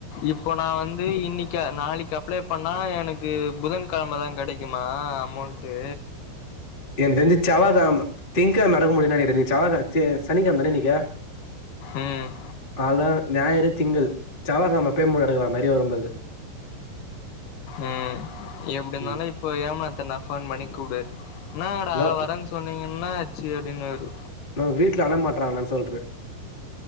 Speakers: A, on the left; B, on the left.
A: இப்போ நா வந்து இன்னக்கி நாளக்கி அப்ளே பண்ணா எனக்கு புதன் கெழமை தா கெடைக்குமா அமௌண் ட்டு
B: எனக்கு தெரிஞ்சு செவ்வா கெழம திங்கெழம எறக்க முடியுன் நெனக்கிற இன்னக்கி செவ்வா க சே சனி கெழமதான இன்னக்கி
A: ம்
B: அலா ஞாயறு திங்கள் சவ்வா கெழமா பேமெண் எடுக்லா மாரி வரும் போலக்கு
A: ம் எப்டி இருந்தாலு
B: ம்
A: இப்போ ஏமாத்துன ஃபோன் பண்ணி கூப்டு என்னாங்கடா
B: நோ
A: வரன் சொன்னீ என்னாச்சு அப்டின்னுவாரு
B: நம்ம வீட்ல அழ மாற்றான்ன சொல்ரு